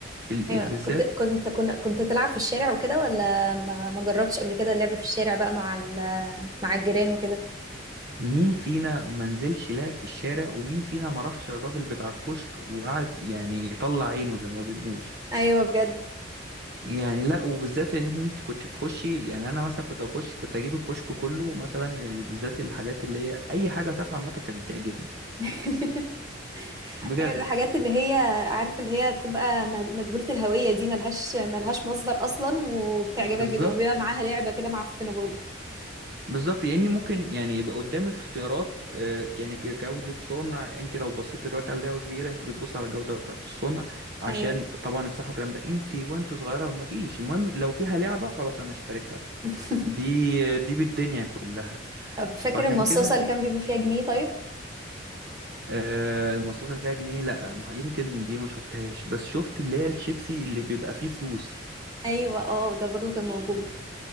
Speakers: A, on the right; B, on the right.
A: ال-
B: ايوه
A: ال- بالذات
B: كنت كنت كنت, كنت تلعب في الشارع وكده ولا ما, ما جربتش قبل كده اللعب في الشارع بقى مع ال... مع الجيران وكده
A: مين فينا ما نزلش لعب في الشارع ومين فينا ما راحش الراجل بتاع الكشك وقعد يعني يطلع عينه زي ما بنقول
B: ايوه بجد
A: يعني لا وبالذات ان إحنا- انت كنت بتخشي يعني انا مثلا كنت اخش كنت اجيب الكشك كله مثلا بالذات الحاجات اللي هي اي حاجه تافهه عامه كانت بتعجبني
B: <laughs>
A: بجد
B: أيوة الحاجات اللي هي عارف اللي هي بتبقى مج- مجهولة الهوية دي ملهاش ملهاش مصدر اصلا وبتعجبك
A: بالظبط
B: جدا وبيبقى معاها لعبة كده معفنة برضه
A: بالظبط لاني ممكن يعني يبقى قدامي اختيارات آه، يعني ك- جوده صنع انت لو بصيت دلوقتي على لعبه كبيره انت بتبص على الجوده بتاعت الصنع عشان
B: ايوه
A: طبعا الصحه والكلام ده انت وانت صغيره ما فيش المهم لو فيها لعبه خلاص انا اشتريتها
B: <laughs>
A: دي دي بالدنيا كلها
B: طب فاكر
A: فعشان
B: المصاصة
A: كده
B: اللي كان بيبقى فيها جنيه طيب
A: آه، المصاصه اللي فيها جنيه لا ما- يمكن دي ما شفتهاش بس شفت اللي هي الشيبسي اللي بيبقى فيه فلوس
B: ايوه اه ده برضه كان موجود